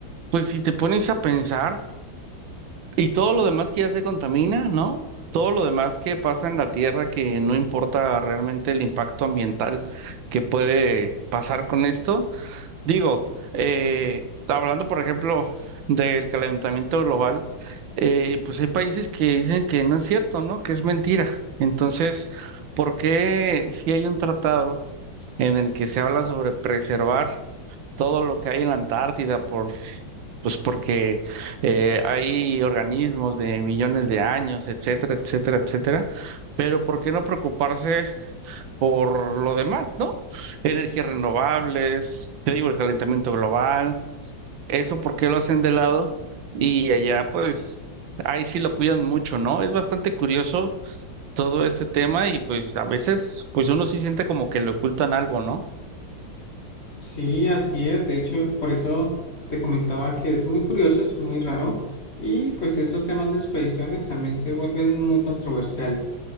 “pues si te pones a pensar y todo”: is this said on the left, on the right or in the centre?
Right